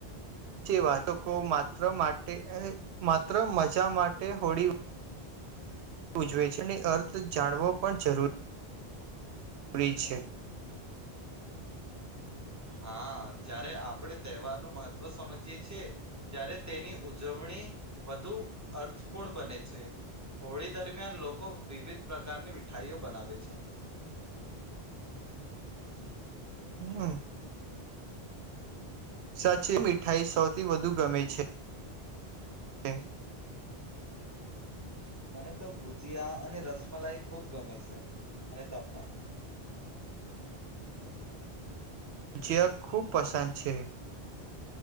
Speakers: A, on the right; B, on the right.
A: વાત, લોકો જે વાતકો માત્ર માટે માત્ર મજા માટે હોળી ઉજવે છેણી અર્થ જાણવો પણ જરૂરી પરી છે.
B: હા જ્યારે આપણે તહેવારનું મહત્વ સમજીએ છીએ, ત્યારે તેની ઉજવણી વધુ અર્થપૂર્ણ બને છે, હોળી દરમિયાન લોકો વિવિધ પ્રકારની મીઠાઈઓ બનાવે છે.
A: હમ. સાચી મીઠાઈ સૌથી વધુ ગમે છે. કે
B: મને તો ગુજીિયા અને રસમલાઈ ખુબ ગમે છે, અને તમને?
A: જ્યા ખૂબ પસંદ છે.